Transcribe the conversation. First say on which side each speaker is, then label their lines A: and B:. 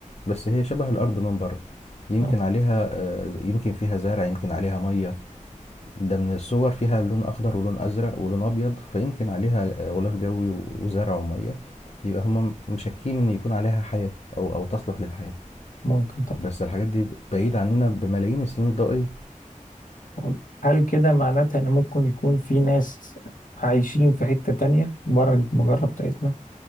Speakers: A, on the left; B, on the left.
A: بس هي شبه الأرض من بره يمكن
B: آه،
A: عليها آه، يمكن فيها زرع يمكن عليها مية ده من الصور فيها لون أخضر ولون أزرق ولون أبيض فيمكن عليها آه، غلاف جوي و- وزرع ومية يبقى هم مشكين إن يكون عليها حياة أو أو تصلح للحياة
B: ممكن طبعا
A: بس الحاجات دي بعيدة عننا بملايين السنين الضوئية
B: طب هل كده معناتها إن ممكن يكون في ناس عايشين في حتة تانية بره المجرة بتاعتنا؟